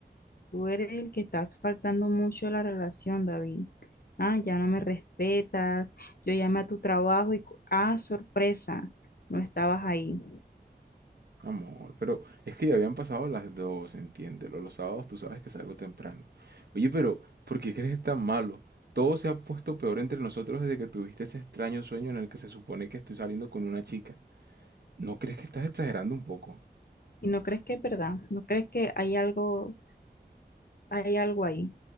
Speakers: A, on the left (about 60°); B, on the right (about 65°).
A: Tú eres el que estás faltando mucho a la relación, David. Ah, ya no me respetas. Yo llamé a tu trabajo y, cu- ah, sorpresa, no estabas ahí.
B: Amor, pero es que ya habían pasado las dos, entiéndelo. Los sábados tú sabes que salgo temprano. Oye, pero, ¿por qué crees que es tan malo? Todo se ha puesto peor entre nosotros desde que tuviste ese extraño sueño en el que se supone que estoy saliendo con una chica. ¿No crees que estás exagerando un poco?
A: ¿Y no crees que es verdad? ¿No crees que hay algo, hay algo ahí?